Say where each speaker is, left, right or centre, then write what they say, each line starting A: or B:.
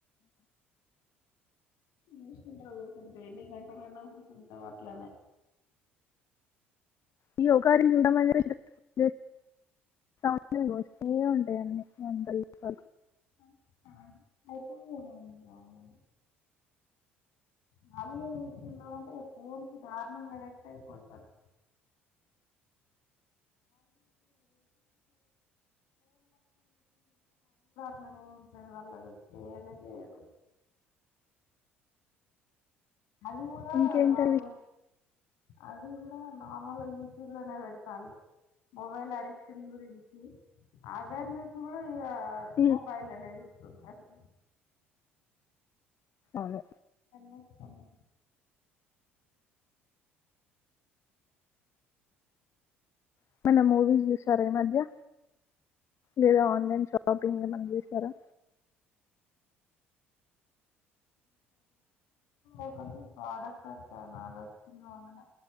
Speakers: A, on the left; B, on the left.
A: ఊరుకుంట ఊరుకుంటా ఎన్ని గంటల అయిన ఊరుకుంటా అట్లానే
B: ఇక ఒకకారిని చూడ లఅనే <unintelligible> వస్తుఉంటాయి అందరి వల్ల
A: అర్థం అయితే నిను రావల్ల మలి ఎయితులో <unintelligible> ఫోన్ కీ దారుణంగా అడక్ట్పో అయిపొతారు అట్లానే ఉంటారు వాళ్ళు పొనేపొరు మది కూడే
B: ఇంకేంటి
A: వాళ్ళు
B: విషయం
A: అది కూడా నార్మల్గా యూట్యూబ్ లోనే పెడతాండురు మొబైల్ <inaudible> క్ష గురించి అవేర్నెస్ కూడా ఇ
B: ఉమ్.
A: మొబైల్ అనేది చూస్తున్నారు
B: అదే
A: తినొత్తను
B: ఏమన్న మూవీస్ చూసార ఇ మధ్య లేదా ఆన్లైన్ షాపింగ్ ఏమన్నా చేశారా
A: ఒకటి ప్రోడక్ట్ వచ్చానది ఇమద్యనే